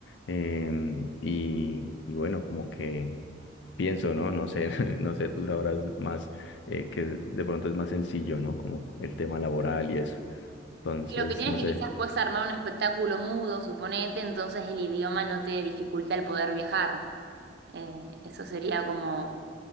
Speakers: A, on the left; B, on the right.
A: em, y, y bueno, como que pienso, ¿no? No sé, <laughs> no sé, tú sabrás más eh, que de pronto es más sencillo, ¿no? Como el tema laboral y eso. Entonces,
B: Lo que tienes
A: no
B: que
A: sé.
B: quizás puedes armar un espectáculo mudo, suponete, entonces el idioma no te dificulta el poder viajar. Eh, eso sería como